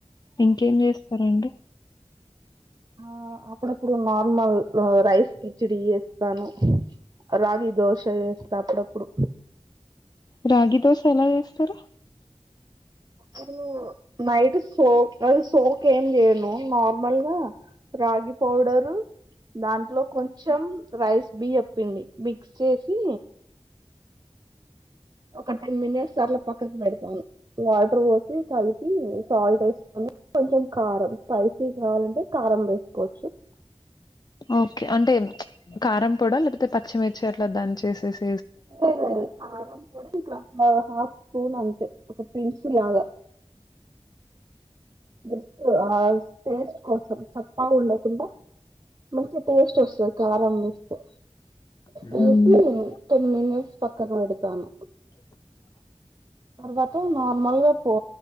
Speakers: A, on the left; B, on the right.
A: ఇంకేం చేస్తారండి
B: ఆ అప్పుడప్పుడు నార్మల్ రైస్ కిచడి చేస్తాను రాగి దోశ వేస్తా అప్పుడప్పుడు
A: రాగి దోశ ఎలా చేస్తరు
B: అ నైట్ సో అద్ సోక్ ఏం చేయను నార్మల్గా రాగి పౌడరు దాంట్లో కొంచెం రైస్ బి చెప్పింది మిక్స్ చేసీ ఒక టెన్ మినెట్స్ అట్ల పక్కకి పెడతాను వాటర్ వొసి కలిపి సాల్ట్ ఎసుకుని కొంచెం కారం స్పైసీ కావలంటే కారం వేసుకోవచ్చు
A: ఓకే అంటే ప్చ్ కారంపొడ లేకపోతే పచ్చిమిర్చి అట్ల దాంచేసేసి
B: <unintelligible> ఒద్దిక హా హా ఫ్ స్పూన్ అంతే ఒక పిన్సిల్ లాగా జస్ట్ ఆ టేస్ట్ కోసం చప్పగా ఉండకుండా మంచిగా టేస్ట్ వస్తది కారం వేస్తె
A: ఉహు
B: వేసి టెన్ మినిట్స్ పక్కకు బెడుతాను
A: <inaudible>
B: తర్వాత నార్మల్ గా పో